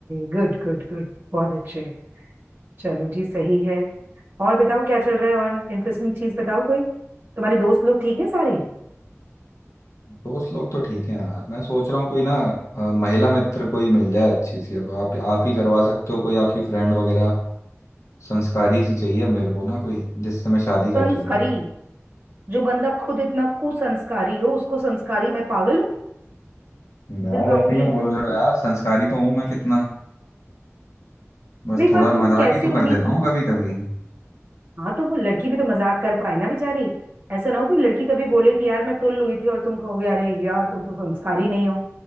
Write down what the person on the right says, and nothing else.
गुड गुड गुड बहुत अच्छे चलो जी सही है और बताओ क्या चल रहा है और इंटरेस्टिंग चीज बताओ कोई तुम्हारे दोस्त लोग ठीक है सारे
संस्कारी
जो बंदा खुद इतना कुसंस्कारी हो उसको संस्कारी मैं पागल हूँ
दिलवाऊंगी
नहीं
पर तुम
कैसे
उम्मीद
हाँ तो वो लड़की भी तो मजाक कर पाए ना बेचारी ऐसा ना हो कि लड़की कभी बोले कि यार मैं टुल्ल हुई थी और तुम कहोगे अरे यार तुम तो संस्कारी नहीं हो